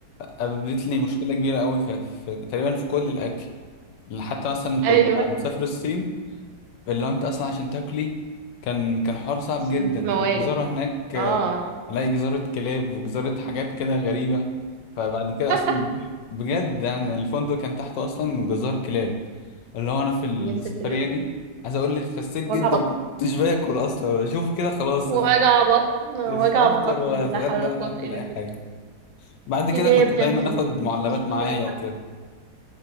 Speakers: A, on the left; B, on the right.
A: قابلتني مشكله كبيره قوي في, في تقريبا في كل الاكل حتى مثلا كنت
B: ايوه
A: بنسافر الصين اللي هو انت اصلا عشان تاكلي كان كان حوار صعب
B: عشان
A: جدا
B: دي موال
A: والجزارة هناك آه،
B: اه
A: الاقي جزارة كلاب وجزارة حاجات كده غريبة فبعد كده
B: <laughs>
A: اصلا بروح بجد يعني الفندق كان تحته اصلا جزار كلاب اللي هو انا في السفرية
B: يا ساتر يا رب
A: دي عايز اقول لك خسيت جدا
B: وجع بطن
A: ما كنتش باكل اصلا اشوف كده خلاص
B: وجع
A: انا
B: بطن وجع
A: مش هفطر
B: بطن
A: ولا هتغدى
B: لا حول ولا
A: ولا
B: قوة
A: هاكل
B: إلا
A: اي حاجة
B: بالله
A: بعد كده
B: كلاب
A: كنت
B: يا
A: دايما
B: مؤمنين
A: اخد معلبات
B: مش مؤمنين
A: معايا
B: حتى
A: وكده